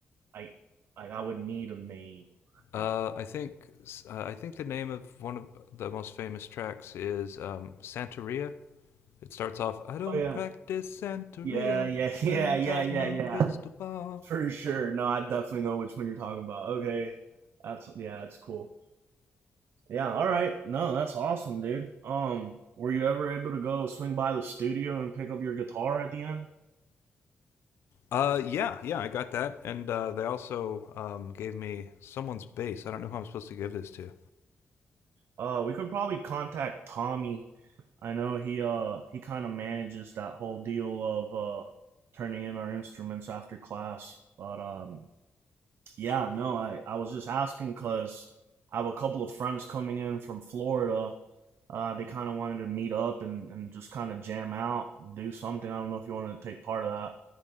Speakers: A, on the right; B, on the left.
A: I I, I would need a name, I
B: Uh,
A: think.
B: I think uh, I think the name of one of the most famous tracks is um, Santeria. It starts off, "I don't
A: Oh yeah.
B: practice Santeria.
A: Yeah, yeah, <laughs> yeah,
B: I ain't
A: yeah,
B: got
A: yeah,
B: no
A: yeah.
B: crystal ball."
A: For sure. No, I definitely know which one you're talking about. Okay. That's yeah, that's cool. Yeah, all right. No, that's awesome, dude. Um, were you ever able to go swing by the studio and pick up your guitar at the end?
B: Uh, yeah, yeah, I got that, and uh, they also um, gave me someone's bass. I don't know who I'm supposed to give this to.
A: Uh, we could probably contact Tommy. I know he uh he kind of manages that whole deal of uh turning in our instruments after class, but um Yeah, no, I, I was just asking because I have a couple of friends coming in from Florida. Uh, they kind of wanted to meet up and, and just kind of jam out, do something. I don't know if you wanted to take part of that.